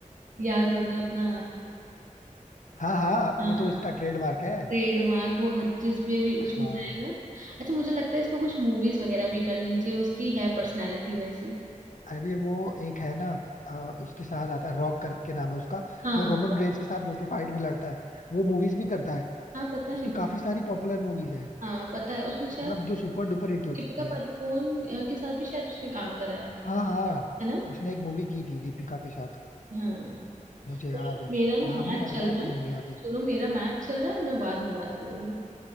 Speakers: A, on the right (about 70°); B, on the left (about 70°).
A: याद होगा अपना
B: हाँ हाँ वो
A: हाँ हाँ
B: तो उसका ट्रेडमार्क है
A: ट्रेडमार्क वो हद- जिसमें भी उसमें
B: हाँ
A: जाएगा अच्छा मुझे लगता है इसको कुछ मूवीज वगैरह भी करनी चाहिए उसकी है पर्सनालिटी वैसी
B: अरे वो एक है ना अ, उसके साथ आता है रॉक करके नाम है उसका
A: हाँ
B: जो रोमन रेंस के साथ मोस्टली फाइट में लड़ता है वो मूवीज भी करता है
A: हाँ पता
B: उसकी
A: है मुझे
B: काफी सारी पॉपुलर मूवीज है
A: हाँ पता है उसने शायद
B: मतलब जो सुपर डुपर हिट हो
A: दीपिका
B: चुकी हैं
A: पादुकोण अ, के साथ भी शायद उसने काम करा है
B: हाँ हाँ
A: है ना
B: उसने एक मूवी की थी दीपिका के साथ
A: हाँ
B: मुझे याद है
A: मेरा ना
B: नाम
A: मैच
B: नहीं याद
A: चल
B: आ रहा
A: रहा
B: बट
A: है
B: मूवी याद है
A: सुनो मेरा मैच चल रहा है मैं बाद में बात करूंगी